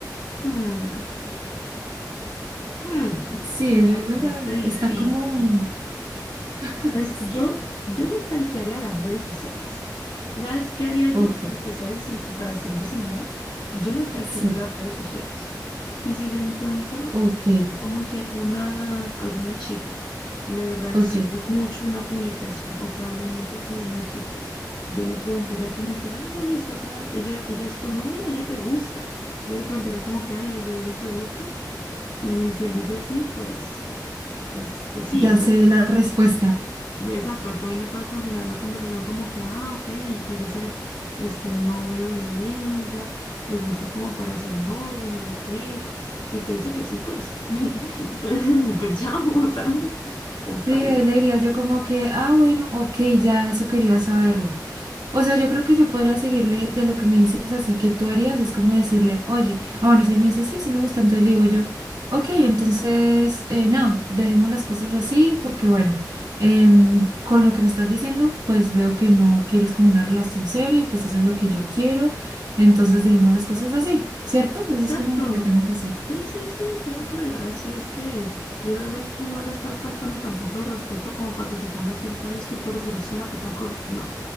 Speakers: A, on the left; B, on the right.
A: mm, mm,
B: Sí,
A: me
B: es,
A: la
B: es
A: pusiste
B: de
A: difícil.
B: está como. <laughs>
A: Pues yo,
B: Sí,
A: yo le stalkearía las redes sociales. ¿Sabes qué haría yo
B: ok,
A: para que sea disim- para ser disimulado? Yo le stalkearía
B: sí,
A: las redes sociales. Y si le encuentro
B: ok,
A: como que una, alguna chica le reaccione
B: ok.
A: mucho a una publicación o que hable mucho con una chica, yo le preguntaría como que, ay, ella, estás a- ella, ella es tu novia, ella te gusta. Yo le preguntaría como que, ay, ella, ella te gusta. Y si él dice sí, pues, pues, pues sí.
B: Ya
A: Entonces
B: sé la respuesta.
A: de- Exacto, tú ahí le puedes continuar la conversación como que, ah, ok, quiero ser este novio de ella, te gusta como para ser novio, no sé qué. Si te dice que sí, pues, <laughs> pues, pues chao, <laughs> ¿sabes? Pues baila.
B: Sí, ahí le diría yo como que, ah, bueno, ok, ya eso quería saberlo. O sea, yo creo que yo podría seguirle de lo que me dices así que tú harías, es como decirle, oye, ah, bueno, si él me dice, sí, sí me gusta, entonces le digo yo, ok, entonces, eh, no, dejemos las cosas así porque, bueno, em, con lo que me estás diciendo, pues veo que no quieres como una relación seria y pues eso es lo que yo quiero, entonces dejemos las cosas así, ¿cierto?
A: Exacto.
B: Eso es como lo que le tengo que decir.
A: Sí, sí, sí, tal cual. Así es que es. Y realmente no le estás faltando tampoco el respeto como para que se ponga a decirte, "Ay, es que tú eres grosera para tal cosa. No.